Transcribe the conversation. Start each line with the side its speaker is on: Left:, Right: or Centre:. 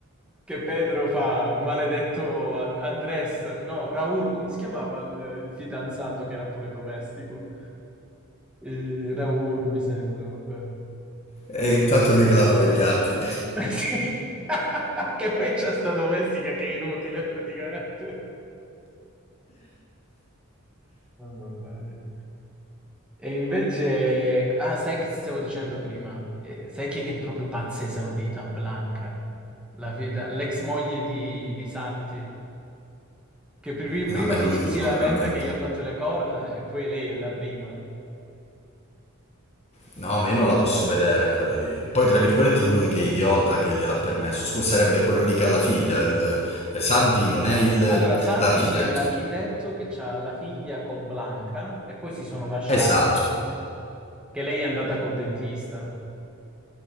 Centre: Che Pedro fa maledetto An- Andrés, no, Raul, come si chiamava il, il fidanzato che era pure domestico? Eh, Raul, mi sembra, vabbè.
Left: E intanto lui che lavava i piatti.
Centre: <laughs> Sì. <laughs> Che poi c'è sta domestica che è inutile praticamente. Oh, mannaggia. E invece, ah, sai che stavo dicendo prima? Eh, sai chi è che è proprio pazza esaurita, Blanca, La fida- l'ex moglie di, di Santi, che pri-
Left: Ah,
Centre: prima
Left: ma è
Centre: dice-
Left: lui che
Centre: si
Left: glielo
Centre: lamenta
Left: permette.
Centre: che gli ha fatto le corna e poi lei è la prima.
Left: No, ma io non la posso vedere quella lì. Poi, tra virgolette, è lui che è idiota che gliel'ha permesso. Scusa, sarebbe quello lì che ha la figlia. il- eh, Sandy non è il-
Centre: Allora, Santi
Left: l'architetto.
Centre: sì, è l'architetto che ha la figlia con Blanca e poi si sono lasciati,
Left: Esatto.
Centre: che lei è andata col dentista.